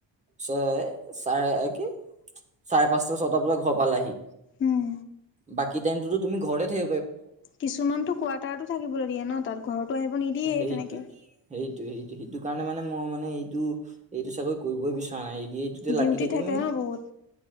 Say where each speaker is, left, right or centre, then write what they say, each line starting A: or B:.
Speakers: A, on the right; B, on the left.
A: চ চাৰে কি চাৰে পাঁচটা ছটা বজাত ঘৰ পালেহি
B: উম
A: বাকী টাইমটোতো তুমি ঘৰত থা
B: কিছুমানতো কোৱাৰ্টাৰতো থাকিবলৈ দিয়ে ন তাত, ঘৰতো আহিব নিদিয়ে
A: সেইটো
B: তেনেকে।
A: সেইটো, সেইটো, সেইটো কাৰণে মানে মই মানে এইটো, এইটো চাগৈ কৰিবই বিচৰা নাই এই এইটোতে
B: ডিউটি
A: লাগি থাকিম।
B: থাকে ন বহুত